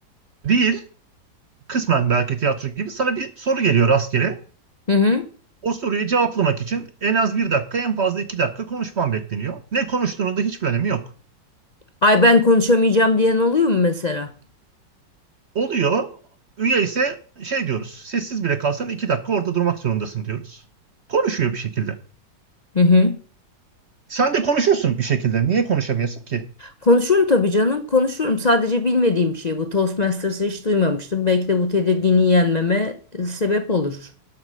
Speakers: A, on the right (about 50°); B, on the left (about 50°).
A: Değil, kısmen belki tiyatro gibi sana bir soru geliyor rastgele.
B: Hı hı.
A: O soruyu cevaplamak için en az bir dakika, en fazla iki dakika konuşman bekleniyor. Ne konuştuğunun da hiçbir önemi yok.
B: Ay ben konuşamayacağım diyen oluyor mu mesela?
A: Oluyor. Üye ise şey diyoruz. Sessiz bile kalsan iki dakika orada durmak zorundasın diyoruz. Konuşuyor bir şekilde.
B: Hı hı.
A: Sen de konuşursun bir şekilde. Niye konuşamıyorsun ki?
B: Konuşurum tabii canım, konuşurum. Sadece bilmediğim bir şey bu. Toastmasters'ı hiç duymamıştım. Belki de bu tedirginliği yenmeme e, sebep olur